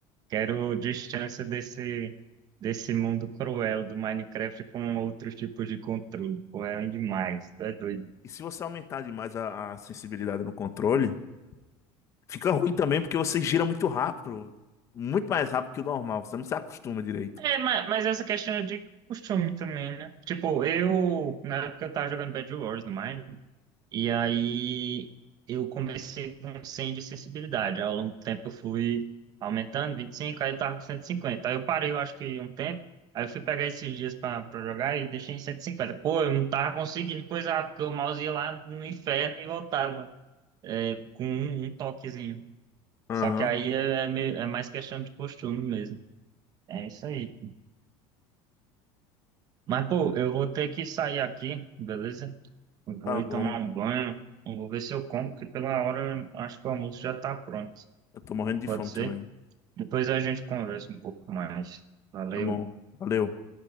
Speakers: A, on the right (about 35°); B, on the left (about 25°).
A: Quero distância desse, desse mundo cruel do Minecraft com outros tipos de controle. Pô, é demais, tu é doido.
B: E se você aumentar demais a, a sensibilidade no controle, fica ruim também porque você gira muito rápido, muito mais rápido que o normal, você não se acostuma direito.
A: É, mas, mas essa questão é de costume também, né? Tipo, eu, na época eu tava jogando Bed Wars no Mine, E aí eu comecei com 100 de sensibilidade. Ao longo do tempo eu fui aumentando, 25, aí eu tava com 150. Aí eu parei, eu acho que um tempo. Aí eu fui pegar esses dias pra, pra jogar e deixei em 150. Pô, eu não tava conseguindo coisar, porque o mouse ia lá no inferno e voltava é, com um, um toquezinho.
B: Aham,
A: Só que aí é, é meio- é mais questão de costume mesmo. É isso aí. Mas, pô, eu vou ter que sair aqui, beleza? Eu Vou
B: tá
A: ir
B: bom.
A: tomar um banho. Eu Vou ver se eu como, que pela hora eu acho que o almoço já tá pronto.
B: Eu tô morrendo de
A: Pode
B: fome
A: ser?
B: também.
A: Depois a gente conversa um pouco mais. Valeu.
B: Tá bom, valeu.